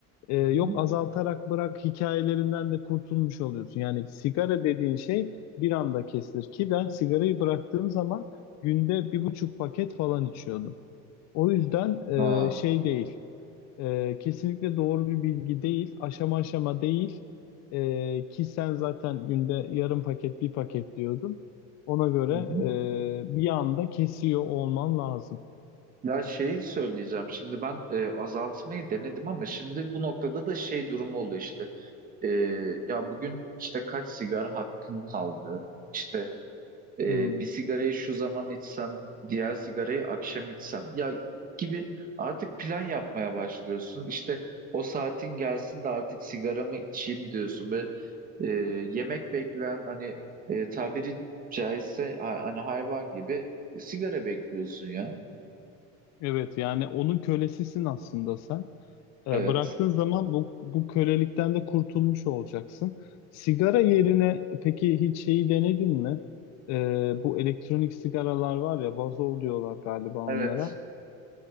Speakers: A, on the left; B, on the right.
A: ee, yok
B: Hı hı.
A: azaltarak bırak hikayelerinden de kurtulmuş oluyorsun. Yani sigara dediğin şey bir anda kesilir ki ben sigarayı bıraktığım zaman günde bir buçuk paket falan içiyordum. O yüzden
B: Aa,
A: e, şey değil, e, kesinlikle doğru bir bilgi değil, aşama aşama değil. E, ki sen zaten günde yarım paket, bir paket diyordun. Ona göre
B: hı hı.
A: e, bir anda kesiyor olman lazım.
B: Ya şeyi söyleyeceğim. Şimdi ben e, azaltmayı denedim ama şimdi bu noktada da şey durumu oluyor işte. E, ya bugün işte kaç sigara hakkım kaldı? İşte Ee,
A: Hmm,
B: bir sigarayı şu zaman içsem, diğer sigarayı akşam içsem ya gibi artık plan yapmaya başlıyorsun. İşte o saatin gelsin de artık sigaramı içeyim diyorsun ve e, yemek bekleyen hani e, tabiri caizse ha- hani hayvan gibi sigara bekliyorsun ya.
A: Evet, yani onun kölesisin aslında sen. E,
B: Evet.
A: bıraktığın zaman bu, bu kölelikten de kurtulmuş olacaksın. Sigara yerine peki hiç şeyi denedin mi? E, bu elektronik sigaralar var ya vazol diyorlar galiba onlara.
B: Evet.